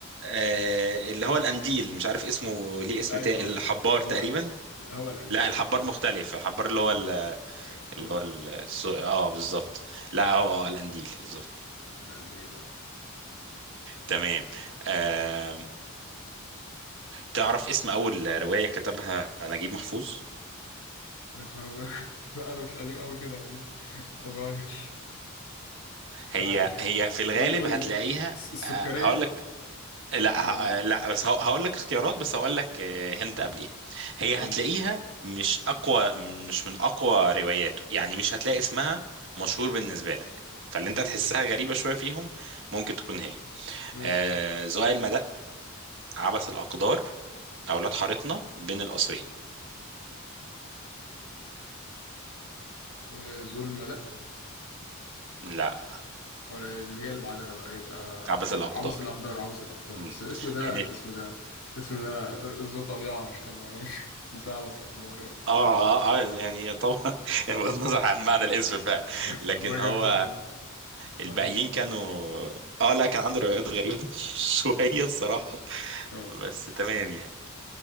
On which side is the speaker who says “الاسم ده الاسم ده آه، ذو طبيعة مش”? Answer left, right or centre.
Left